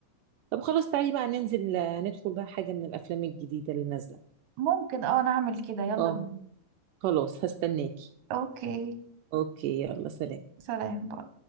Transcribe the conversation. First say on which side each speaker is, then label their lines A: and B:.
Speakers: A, on the right; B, on the right.
A: طب خلاص تعالي بقى ننزل آه، ندخل بقى حاجه من الافلام الجديده اللي نازله
B: ممكن اه نعمل كده يلا
A: اه
B: بينا
A: خلاص هستناكي
B: اوكي
A: اوكي يلا سلام
B: سلام باي